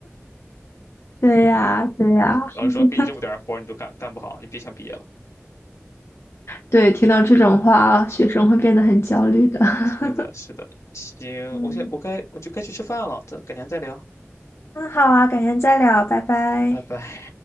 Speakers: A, on the left (about 65°); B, on the left (about 80°).
A: 对呀，对呀，
B: 老师说给你这么点儿活儿你都干干不好，
A: <laughs>
B: 你别想毕业了。
A: 对，听到这种话，学生会变得很焦虑的。<laughs>
B: 是的，是的，行，
A: 嗯，
B: 我现我该我就该去吃饭了，咱改天再聊，
A: 那好啊，改天再聊，拜拜。
B: 拜拜。